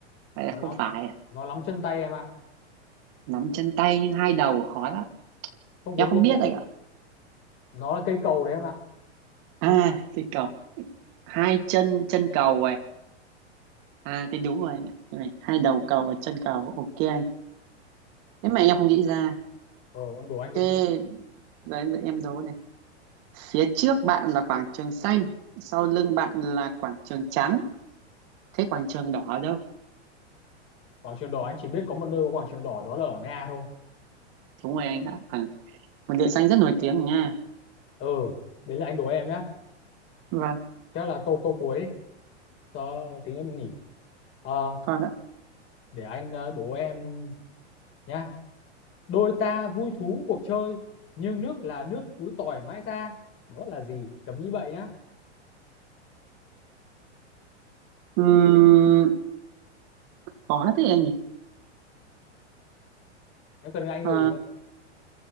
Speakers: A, on the right (about 50°); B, on the left (about 35°).
A: vậy là
B: nó
A: không
B: lắm,
A: phải à?
B: nó lắm chân tay em ạ,
A: nắm chân tay nhưng hai đầu khó lắm
B: không
A: em
B: có đuôi,
A: không biết
B: đâu.
A: anh ạ
B: nó là cây cầu đấy em ạ.
A: à cái cầu hai chân chân cầu này à thì đúng rồi anh ạ Cái này hai đầu cầu và chân cầu ok anh nếu mà em không nghĩ ra
B: Ờ, em đố anh đi.
A: ok rồi giờ em em đố này phía trước bạn là quảng trường xanh sau lưng bạn là quảng trường trắng thế quảng trường đỏ ở đâu
B: Quảng trường đỏ anh chỉ biết có một nơi có quảng trường đỏ đó là ở Nga thôi.
A: đúng rồi anh ạ à, một địa danh rất nổi tiếng ở Nga
B: Ừ, đấy là anh đố em nhá.
A: vâng
B: Chắc là câu câu cuối đi, cho tí nữa mình nghỉ. Ờ,
A: vâng ạ
B: để anh ờ, đố em nhá đôi ta vui thú cuộc chơi nhưng nước là nước cứ tỏi mãi ra đó là gì cấm nghĩ vậy nhá
A: Ừm, có thế anh nhỉ
B: em cần anh
A: Ờ,
B: gợi ý không?